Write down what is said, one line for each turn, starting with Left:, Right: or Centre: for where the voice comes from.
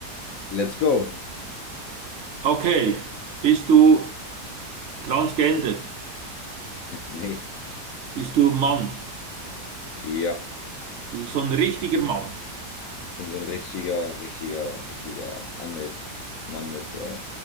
Left: let's go.
Right: Okay, bist du Transgender?
Left: <laughs> Nee.
Right: Bist du Mann?
Left: Ja.
Right: Bist du so ein richtiger Mann?
Left: Ich bin so ein richtiger, richtiger, richtiger Anmit, Mann mit äh,